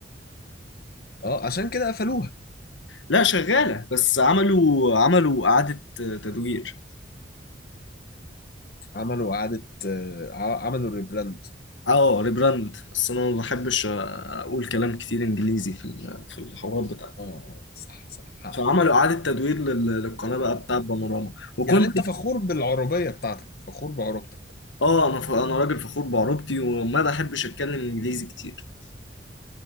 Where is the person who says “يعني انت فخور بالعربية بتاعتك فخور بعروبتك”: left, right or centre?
Left